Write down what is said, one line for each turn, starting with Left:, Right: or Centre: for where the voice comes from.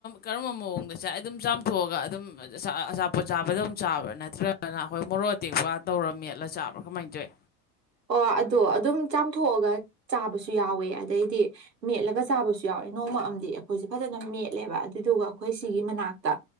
Left: ꯀꯔꯝꯕ ꯃꯑꯣꯡꯗ ꯆꯥꯏ ꯑꯗꯨꯝ ꯆꯥꯝꯊꯣꯛꯑꯒ ꯑꯗꯨꯝꯆꯥ ꯑꯆꯥꯄꯣꯠ ꯆꯥꯕꯗꯧ ꯆꯥꯕ꯭ꯔꯥ ꯅꯠꯇ꯭ꯔꯒꯅ ꯑꯩꯈꯣꯏ ꯃꯣꯔꯣꯛ ꯑꯇꯦꯛꯄ ꯇꯧꯔ ꯃꯦꯠꯂ ꯆꯥꯕ꯭ꯔꯥ ꯀꯃꯥꯏꯅ ꯇꯧꯏ
Right: ꯑꯣ ꯑꯗꯣ ꯑꯗꯨꯝ ꯆꯥꯝꯊꯣꯛꯑꯒ ꯆꯥꯕꯁꯨ ꯌꯥꯎꯋꯦ ꯑꯗꯩꯗꯤ ꯃꯦꯠꯂꯒ ꯆꯥꯕꯁꯨ ꯌꯥꯎꯋꯦ ꯅꯣꯡꯃ ꯑꯝꯗꯤ ꯑꯩꯈꯣꯏꯁꯦ ꯐꯖꯅ ꯃꯦꯠꯂꯦꯕ ꯑꯗꯨꯗꯨꯒ ꯑꯩꯈꯣꯏ ꯁꯤꯒꯤ ꯃꯅꯥꯛꯇ